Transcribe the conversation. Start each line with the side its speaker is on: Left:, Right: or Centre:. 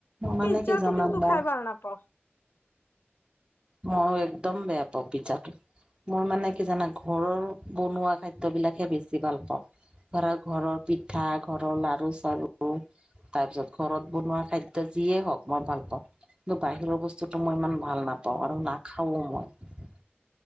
Right: মানে
Left: পিজ্জা
Right: কি জানা
Left: টো কিন্তু
Right: মই
Left: খাই বাৰ নাপাও
Right: ম একদম বেয়া <unintelligible> মই মানে কি জানা ঘৰৰ বনোৱা খাদ্যবিলাকহে বেছি ভাল পাও ধৰা ঘৰৰ পিঠা ঘৰৰ লাৰু আৰু তাৰপিছত ঘৰত বনোৱা খাদ্য যিয়ে হওক মই ভাল পাও কিন্তু বাহিৰৰ বস্তুটো মই ইমান ভাল নাপাও আৰু নাখাও মই